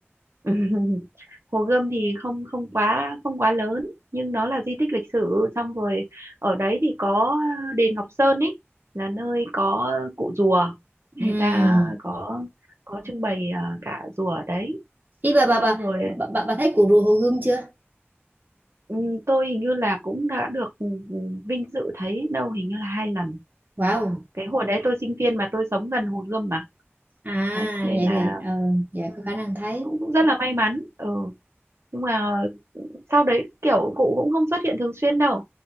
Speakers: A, on the right; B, on the right.
A: <laughs> Hồ Gươm thì không không quá không quá lớn nhưng nó là di tích lịch sử xong rồi ở đấy thì có đền Ngọc Sơn ấy là nơi có cụ rùa
B: ừ
A: người ta có có trưng bày à, cả rùa ở đấy
B: ý bà bà bà
A: xong rồi
B: bà, bà bà thấy cuộc rùa hồ gươm chưa
A: ừm, tôi hình như là cũng đã được ừm, vinh dự thấy đâu hình như là hai lần
B: wow
A: cái hồi đấy tôi sinh viên mà tôi sống gần Hồ Gươm mà
B: à
A: đấy nên
B: vậy
A: là
B: thì ừ vậy
A: ừm,
B: có khả năng thấy
A: cũng cũng rất là may mắn ừ nhưng mà sau đấy kiểu cụ cũng không xuất hiện thường xuyên đâu